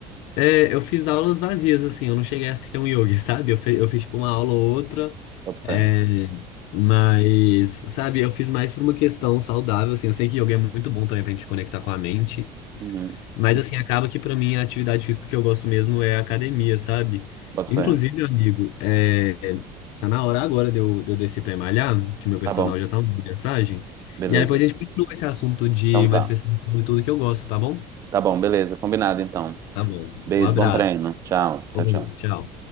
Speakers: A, on the left; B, on the right.
A: É, eu fiz aulas vazias, assim, eu não cheguei a ser um yogi, <laughs> sabe? Eu, fe- eu fiz, tipo, uma aula ou outra,
B: boto fé.
A: é, mas, sabe, eu fiz mais por uma questão saudável, assim, eu sei que yoga é muito bom também pra gente conectar com a mente,
B: Uhum,
A: mas,
B: uhum,
A: assim, acaba que pra mim a atividade física que eu gosto mesmo é a academia, sabe?
B: boto
A: Inclusive,
B: fé.
A: amigo, é, tá na hora agora de eu, de eu descer pra malhar, que meu personal
B: Tá bom,
A: já tá mandando mensagem,
B: beleza.
A: e aí depois a gente continua esse assunto de
B: Então
A: manifestação
B: tá.
A: e tudo que eu gosto, tá bom?
B: Tá bom, beleza. Combinado então.
A: Tá bom,
B: Beijo,
A: um abraço,
B: bom treino. Tchau,
A: outro,
B: tchau, tchau.
A: tchau.